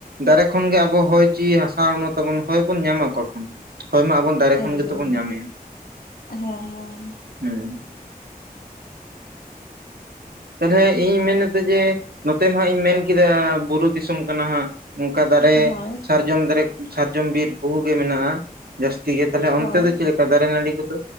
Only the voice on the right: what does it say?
ᱫᱟᱨᱮ ᱠᱷᱚᱱ ᱜᱮ ᱟᱵᱚ ᱦᱚᱭ ᱡᱤᱭᱤ ᱦᱟᱥᱟ ᱦᱚᱲᱢᱚ ᱛᱟᱵᱚᱱ᱾ ᱦᱚᱭ ᱵᱚᱱ ᱧᱟᱢᱟ ᱚᱠᱟ ᱠᱷᱚᱱ᱾ ᱦᱚᱭ ᱢᱟ ᱟᱵᱚᱱ ᱫᱟᱨᱮ
ᱠᱷᱚᱱ ᱜᱮᱛᱚ ᱵᱚᱱ ᱧᱟᱢᱮᱭᱟ᱾
ᱦᱮᱸ᱾ ᱛᱟᱞᱦᱮ ᱤᱧ ᱢᱮᱱ ᱮᱫᱟ ᱡᱮ ᱱᱚᱛᱮ ᱢᱟ ᱦᱟᱸᱜ ᱤᱧ ᱢᱮᱱ ᱠᱮᱫᱟ ᱵᱩᱨᱩ ᱫᱤᱥᱚᱢ ᱠᱟᱱᱟ ᱦᱟᱸᱜ᱾ ᱚᱱᱠᱟ ᱫᱟᱨᱮ
ᱥᱟᱨᱡᱚᱢ ᱫᱟᱨᱮ ᱥᱟᱨᱡᱚᱢ ᱵᱤᱨ ᱵᱚᱦᱩ ᱜᱮ ᱢᱮᱱᱟᱜᱼᱟ᱾ ᱡᱟᱹᱥᱛᱤ ᱜᱮ ᱛᱟᱞᱦᱮ
ᱚᱱᱛᱮ ᱫᱚ ᱪᱮᱫ ᱞᱮᱠ ᱠᱟ ᱫᱟᱨᱮ ᱱᱟᱹᱲᱤ ᱠᱚᱫᱚ᱾